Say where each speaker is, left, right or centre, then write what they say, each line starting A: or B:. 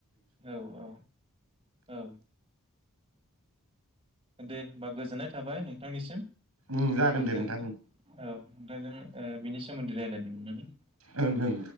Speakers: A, on the right; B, on the right.
A: औ औ औ दे होमबा गोजोननाय थाबाय नोंथांनिसिम।
B: उम जागोन
A: नोंथांजों
B: दे नोंथां
A: औ नोंथांजों बिनि सोमोन्दै रायलायनो मोनना। <unintelligible>
B: ओं ओं